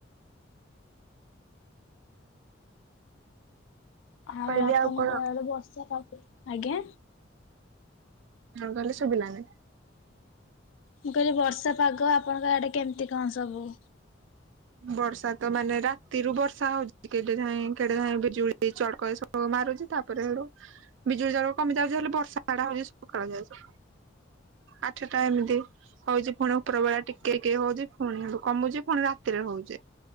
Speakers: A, on the left; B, on the right.
A: ଆଉ
B: କହିଲି
A: ଆପଣଙ୍କ
B: କଣ
A: ଆଡେ ବର୍ଷା? ଆଜ୍ଞା!
B: କଣ କହିଲେ ସବୁିଲାନେ?
A: ମୁଁ କହିଲି ବର୍ଷା ପାଗ, ଆପଣଙ୍କ ଆଡେ କେମିତି କଣ ସବୁ?
B: ବର୍ଷା ତ ମାନେ ରାତିରୁ ବର୍ଷା ହଉଛି, କେଡେ ଯାଏଁ କେଡେ ଯାଏଁ ବିଜୁଳି ଚଳକ ମାରୁଛି ତାପରେ ସେଡୁ ବିଜୁଳି ଜଳ କମି ଯାଉଛି ହେଲେ, ବର୍ଷା ମାଡ ହଉଛି ସକାଳ ଯାଉଛି। ଆଠଟା ଏମିତି। ହଉଛି ପୁଣି ଉପର ବେଳା ଟିକେ-ଟିକେ ହଉଛି ପୁଣି କମୁଛି ପୁଣି ରାତିରେ ହଉଛି।